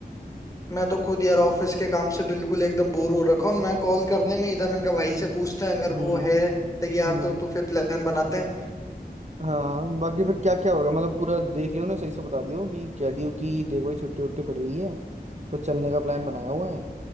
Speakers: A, on the left; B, on the right.
A: मैं तो खुद यार ऑफिस के काम से बिल्कुल एकदम बोर हो रखा हूँ मैं कॉल करने में ही था मैंने कहा भाई से पूछते हैं अगर
B: हम्म
A: वो है तैयार
B: हम्म
A: तो तो फिर प्लान बनाते हैं
B: हाँ बाकी फिर क्या क्या होगा मतलब पूरा देख लियो ना सही से बता दियो कि कह दियो कि देख भाई छुट्टी वुट्टी पड़ी हुई है तो चलने का प्लान बनाया हुआ है